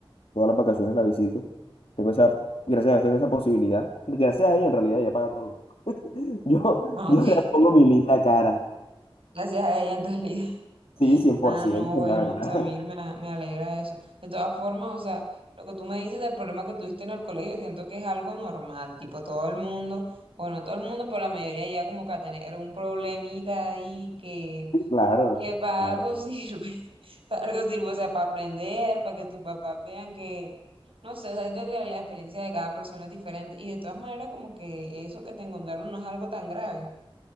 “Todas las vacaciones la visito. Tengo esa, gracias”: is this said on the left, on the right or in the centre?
Left